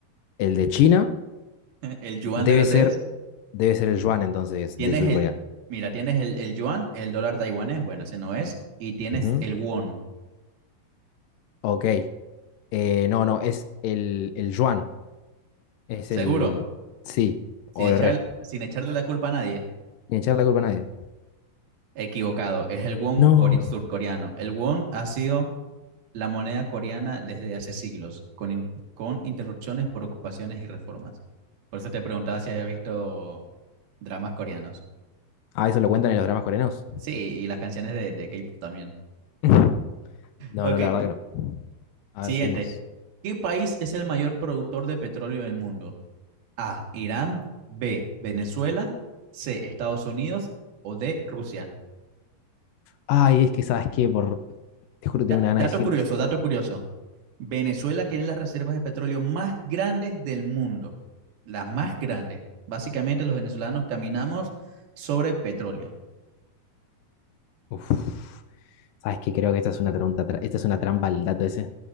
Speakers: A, on the left; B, on the right.
A: el de China.
B: ¿El yuan
A: Debe
B: de dónde
A: ser,
B: es?
A: debe ser el yuan entonces
B: Tienes
A: de surcorea
B: el, mira, tienes el, el yuan, el dólar taiwanés, bueno, ese no es. Y tienes
A: Corea. Ujú.
B: el won.
A: Ok, Eh, no, no, es el, el yuan. Es
B: Seguro,
A: el sí
B: sin
A: o
B: echar,
A: el re.
B: sin echarle la culpa a nadie.
A: Ni echar la culpa a nadie.
B: Equivocado, es el won
A: No.
B: core- surcoreano. El won ha sido la moneda coreana desde hace siglos, con, in- con interrupciones por ocupaciones y reformas. Por eso te preguntaba si habías visto dramas coreanos.
A: Ah, eso lo cuentan en los dramas coreanos.
B: Sí, y las canciones de, de K-pop también.
A: <laughs> No,
B: Ok,
A: no, la verdad que no. A
B: Siguiente.
A: ver, seguimos.
B: ¿Qué país es el mayor productor de petróleo del mundo? A. Irán. B. Venezuela. C. Estados Unidos. O D. Rusia.
A: Ay, es que, ¿sabes qué? Por... Te juro
B: Da-
A: que tengo una gana
B: dato
A: de decir.
B: curioso, dato curioso. Venezuela tiene las reservas de petróleo más grandes del mundo. Las más grandes. Básicamente los venezolanos caminamos sobre petróleo.
A: Uf, ¿sabes qué? Creo que esta es una trampa, tra- esta es una trampa el dato ese.